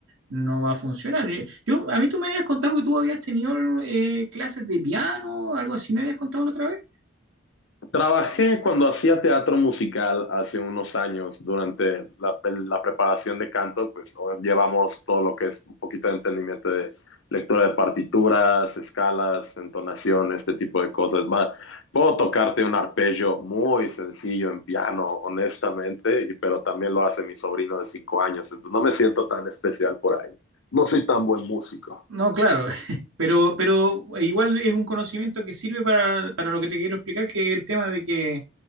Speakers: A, on the right; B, on the left.
A: no va a funcionar. Yo, a mí tú me habías contado que tú habías tenido eh, clases de piano, algo así, me habías contado la otra vez.
B: Trabajé cuando hacía teatro musical hace unos años, durante la, la preparación de canto, pues o- llevamos todo lo que es un poquito de entendimiento de lectura de partituras, escalas, entonación, este tipo de cosas. Va- puedo tocarte un arpegio muy sencillo en piano, honestamente, y- pero también lo hace mi sobrino de cinco años, entonces no me siento tan especial por ahí. No soy tan buen músico.
A: No, claro, <laughs> pero, pero e igual es un conocimiento que sirve para, para lo que te quiero explicar, que es el tema de que,